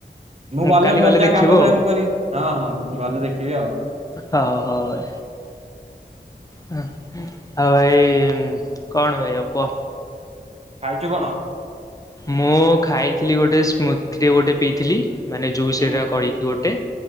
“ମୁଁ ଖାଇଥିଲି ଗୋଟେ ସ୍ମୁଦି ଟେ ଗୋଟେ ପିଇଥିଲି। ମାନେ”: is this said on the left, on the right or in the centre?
Left